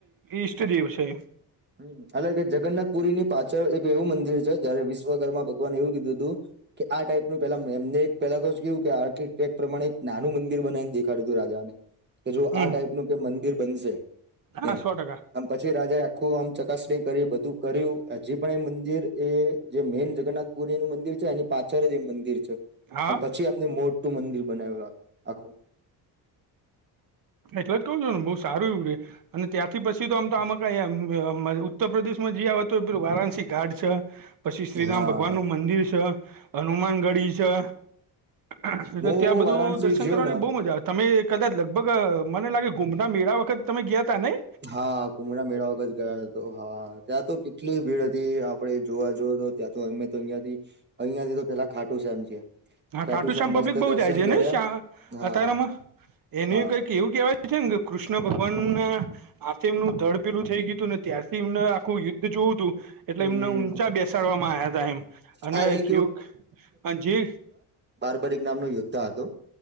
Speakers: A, on the right; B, on the right.
A: ઇસ્ટ. તથજી વિષય.
B: હ એટલે કે જગન્નાથ પુરીની પાછળ એક એવું મંદિર છે જયારે વિશ્વકરમાં ભગવાન એવું કીધું હતું. કે આ ટાઈપનું પેલા એમને એક પેલા કેવું કે આર્ટિટેક પ્રમાણે એક નાનું મંદિર બનાઇ દે. ખડદું રાજા. કે જો
A: હમ
B: આ ટાઈપનું કે મંદિર બનશે
A: હા
B: એમ
A: સો ટકા
B: આમ પછી રાજા આખું આમ ચકાસણી કરી બધું કર્યું હજી પણ એ મંદિર એ જે મેન જગન્નાથ પુરીનું મંદિર છે અને પાછળ જ એ મંદિર છે.
A: હા
B: અને પછી અમને મોટુ મંદિર બનાવ્યું આ આખું.
A: એટલે જ કઉું છું ને બહુ સારું એવું રે અને ત્યાંથી પછી તો આમ તો આમાં ઉત્તર પ્રદેશ માં જ તો પેલું વારાણસી ઘાટ છે. પછી શ્રીરામ
B: હા
A: ભગવાન નું મંદિર છે. હનુમાન ગઢી છે. એટલે
B: હું
A: ત્યાં બધું
B: વારાણસી
A: દર્શન
B: ગયો
A: કરવાની
B: ને
A: બહુ મજા આવે. તમે કદાચ લગભગ મને લાગે કુંભના મેળા વખત તમે ગયા તા નહી.
B: હા કુંભડા મેળા વગ જ ગયા હતો હા ત તો કેટલી ભીડ હતી આપડણે જોવા જોએ તો ત્યાં તો અમે તો અહંથી અહિયાયા થી તો પેલા ખાટું છે.
A: હા ખાટુ શ્યામ
B: મસ્ત
A: પબ્લિક બહુ
B: દર્શન
A: જાય છે
B: કર્યા
A: ને શા
B: હા
A: અત્યારેમાં એનું
B: હા
A: કઈ એવું કેવાય. એ જંગ કૃષ્ણ ભગવાન ને. આથી એમનું ધડ પેલું થઈ ગયું ને ત્યારથી એમને આખું યુદ્ધ જોવું હતું. એટલે
B: હમ
A: એમને
B: હમ
A: ઊંચા બેસાડવામાં આવ્યા તા એમ અને
B: હા એ
A: કેું જે
B: બાર્બારીક નામનો યોદ્ધા હતો.